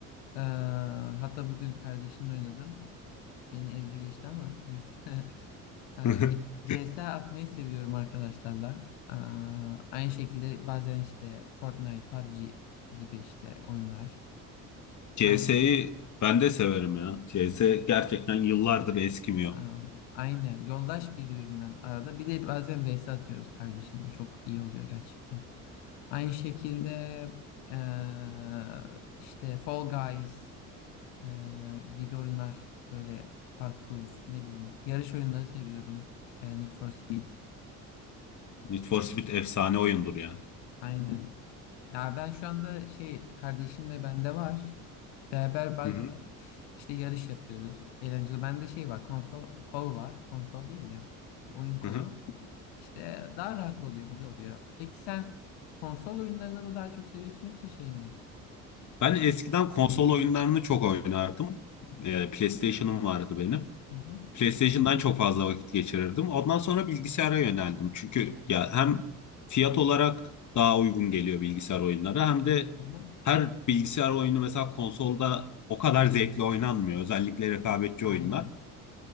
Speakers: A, on the left (about 65°); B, on the left (about 40°).
A: E, hatta bugün kardeşimle oynadım. Beni ezdi geçti ama neyse. <laughs> E,
B: <laughs>
A: C- CS atmayı seviyorum arkadaşlarla. E, aynı şekilde bazen işte Fortnite, PUBG gibi işte oyunlar.
B: CS'yi
A: Aynı
B: ben de severim ya. CS gerçekten yıllardır eskimiyor.
A: Aa, aynen. Yoldaş giriyorum ben arada. Bir de bazen vs atıyoruz kardeşimle. Çok iyi oluyor gerçekten. Aynı şekilde eee, işte Fall Guys eee, gibi oyunlar böyle parkur ne bileyim. Yarış oyunları seviyorum. Eee, Need for Speed.
B: Need for Speed efsane oyundur ya.
A: Aynen. Ya ben şu anda şey kardeşim de bende var. Beraber baz-
B: Hı hı.
A: işte yarış yapıyoruz. Eğlenceli. Bende şey var konsol kol var. Konsol değil de oyun kolu.
B: Hı hı.
A: İşte daha rahat oluyor, güzel oluyor. Peki sen konsol oyunlarını mı daha çok seviyorsun yoksa şey mi?
B: Ben eskiden konsol oyunlarını çok oynardım. Ee, PlayStation'ım vardı benim.
A: Hı hı,
B: PlayStation'dan çok fazla vakit geçirirdim. Ondan sonra bilgisayara yöneldim. Çünkü ya hem fiyat olarak daha uygun geliyor bilgisayar oyunları hem de
A: hı hı.
B: her bilgisayar oyunu mesela konsolda o kadar zevkli oynanmıyor. Özellikle rekabetçi
A: Aynen.
B: oyunlar.